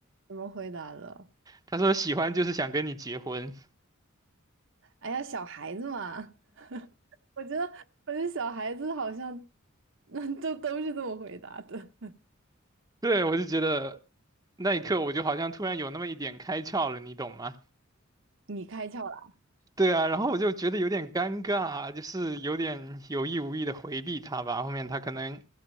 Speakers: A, on the right (about 65°); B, on the right (about 20°).
A: 怎么回答的？
B: 他说喜欢就是想跟你结婚。
A: 哎呀，小孩子嘛，我觉得，我觉得小孩子好像，<laughs> 那都都是这么回答的。
B: <laughs> 对，我就觉得那一刻我就好像突然有那么一点开窍了，你懂吗？
A: 你开窍了，
B: 对啊，然后我就觉得有点尴尬啊，就是有点有意无意的回避他吧。后面他可能，